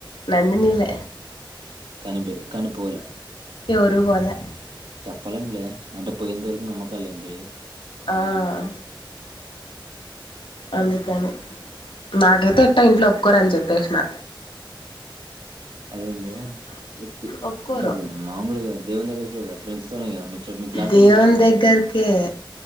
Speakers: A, on the left (about 80°); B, on the right (about 75°).
A: నందినిలే
B: కానిబి కనిపోలే
A: ఎవరు బోలే
B: పళ్లెం లే అంటే పోయిందరుకు నమ్మకలేండి.
A: ఆ ఆ అందుకని నాకైతే ఎట్ట ఇంట్లో ఒప్పుకోరని జేప్పేచిన్నా
B: అదేందే ఎత్తి
A: ఒప్పుకోరు
B: అంటే మాముూలుగా దేవుదగ్గర్ యేవే ప్రెండ్స్ తోనే గా మితృ మీ క్లాసోలు
A: దేవుని
B: పోతున్నారుగా
A: దగ్గరకే